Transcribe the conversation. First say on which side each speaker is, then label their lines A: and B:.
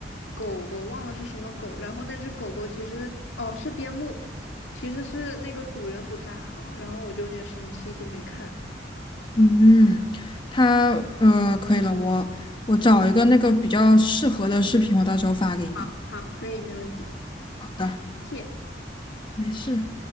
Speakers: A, on the left; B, on the left.
A: 狗狗，忘了是什么狗。然后那只狗狗其实哦是边牧，其实是那个主人不太好，然后我就有点生气，就没看。
B: 嗯，他呃可以了，我我找一个那个比较适合的视频，我到时候发给你。
A: 好，好，可以，没问题，
B: 好的，
A: 谢。
B: 没事。